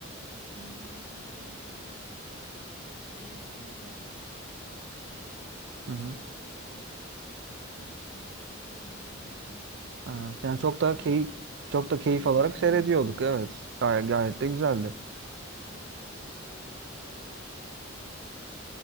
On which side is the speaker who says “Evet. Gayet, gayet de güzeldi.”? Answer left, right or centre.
Right